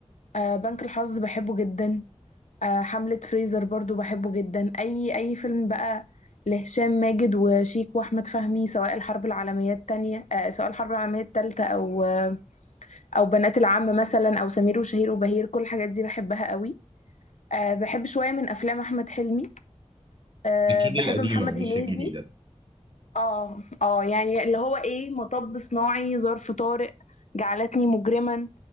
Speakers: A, on the left; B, on the right.
A: آه بنك الحظ بحبه جدا آه حملة فريزر برضو بحبه جدا اي اي فيلم بقى لهشام ماجد وشيك واحمد فهمي سواء الحرب العالميه التانية آه سواء الحرب العالميه التالتة او آه، او بنات العم مثلا او سمير وشهير وبهير كل الحاجات دي بحبها قوي أه بحب شويه من افلام احمد حلمي أه
B: اكيد
A: بحب
B: القديمة
A: محمد
B: مش
A: هنيدي
B: الجديدة
A: اه اه يعني اللي هو ايه مطب صناعي ظرف طارق جعلتني مجرما